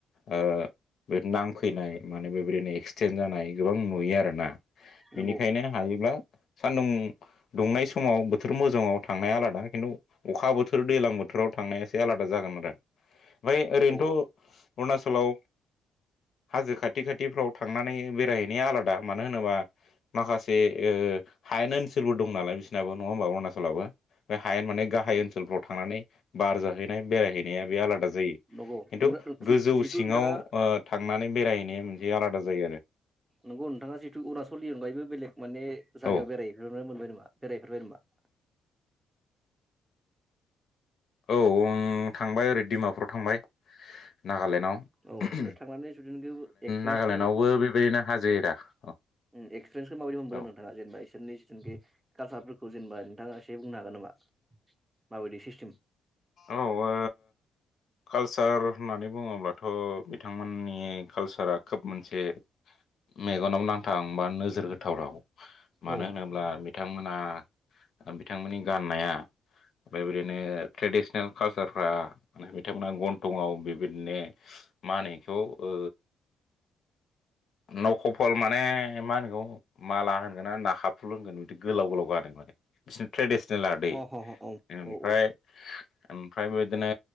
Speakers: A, on the left; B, on the right.
A: ओ बे नांफैनाय माने बेबायदिनो एक्सिडेन जानाय गोबां नुयो आरोना बेनिखायनो
B: नंगौ
A: हायोब्ला सान्दुं दुंनाय समाव बोथोर मोजाङाव थांनाया आलादा खिन्थु अखा बो थोर दैलां बोथोराव थांनाया एसे आलादा जागोन आरो बै ओरैनोथ'
B: औ
A: अरुणाचलाव हाजो खाथि खाथिफ्राव थांनानै बे बेरायहैनाया आलादा मानो होनोबा माखासे ओ हायेन ओनसोलबो दं नालाय बिसोरनाबो नङा ओमबा? अरुणाचलावबो बा हायेन माने गाहाय
B: औ
A: ओनसोलफ्राव थांनानै बार जाहैनाय बेरायहैनाया बे आलादा जायो।
B: नंगौ
A: खिन्थु गोजौ
B: जिथु
A: सिङाव
B: नोंथाङा
A: थांनानै बेरायहैनाया मोनसे आलादा जायो आरो
B: नंगौ नोंथाङा जिहेतु अरुनाचलनि अनगायैबो बेलेग माने जायगायाव
A: औ
B: बेरायहैफेरनो मोनबाय नामा बेरायहेरबाय नामा?
A: <inaudible> औ आं थांबाय ओरो डिमापुराव थांबाय नागालेण्डआव
B: औ
A: नागालेण्ड
B: थांनानै <unintelligible> खौ एक्सपिरियेन्सखौ
A: नागालेण्डआवबो बेबायदिनो
B: उम
A: हाजो एरा औ
B: एक्सपिरियेन्सखौ माबायदि मोनबोदों
A: औ
B: नोंथाङा जेनेबा इसोरनि जितुखि कालसार फोरखौ जेनबा नोंथाङा एसे बुंनो हागोन नामा? माबायदि सिस्टेम
A: औ ओ कालसार होननानै बुङोब्लाथ' बिथांमोननि कालसारा खोब मोनसे मेगनावो नांथां बा नोजोर होथावथाव मानो
B: अ
A: होनोब्ला बिथांमोना बिथांमोननि गाननाया ओमफ्राय बिदिनो ट्रेडिसनेल कालसारफ्रा तेमना गन्थङाव बेबायदिनो मा होनो इखौ ओ नखफल माने ए मा होनगौ माला होनगोना नाखा फुल होनगोन बिदि गोलाव गोलाव गानो माने बि ट्रेडिसनेल आदै
B: ह ह औ
A: ओमफ्राय
B: औ औ
A: ओमफ्राय बिदिनो।